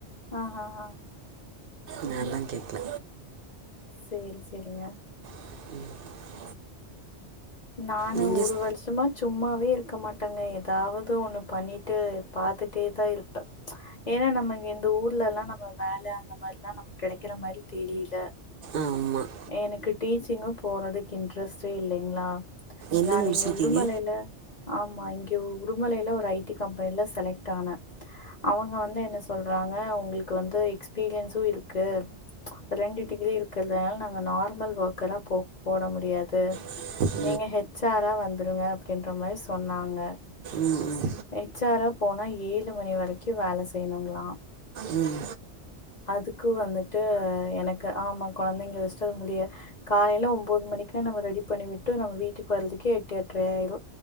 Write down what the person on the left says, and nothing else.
ஆஹாஹா
சேரி சேரிங்கா
நானு
ஒரு வருஷமா சும்மாவே இருக்க மாட்டேங்க ஏதாவது ஒன்னு பண்ணிட்டு பாத்துட்டே தா இருப்பே ஏன்னா நம்ம இந்த ஊர்ல எல்லா நம்ம வேல அந்த மாரி எல்லா நமக்கு கெடை க்கிற மாரி தெரியல
எனக்கு டீச்சிங்கு போறதுக்கு இன்ட்ரெஸ்டே இல்லைங்ளா
நான்
இங்க உடுமலையில ஆமா இங்க உடுமலையில ஒரு ஐ டி கம்பெனியில செலக்ட் ஆனே அவுங்க வந்து என்ன சொல்றாங்க ஒங்களுக்கு வந்து எக்ஸ்பீரியன்ஸு இருக்கு ரெண்டு டிகிரி இருக்குறதுனால நாங்க நார்மல் ஒர்க்கரா எல்லா போ போட முடியாது
நீங்க ஹெச் ஆரா வந்துருங்க அப்டின்ற மாரி சொன்னாங்க
ஹெச் ஆரா போனா ஏழு மணி வரைக்கு வேல செய்யணுங்ளா
அதுக்கு வந்துட்டு எனக்கு ஆமா கொழந்தைங்க வச்சுட்டு முடியாது காலேல ஒம்போது மணிக்குல்லா நம்ம ரெடி பண்ணி விட்டு நம்ம வீட்டுக்கு வற்துக்கே எட்டு எட்றை ஆயிரு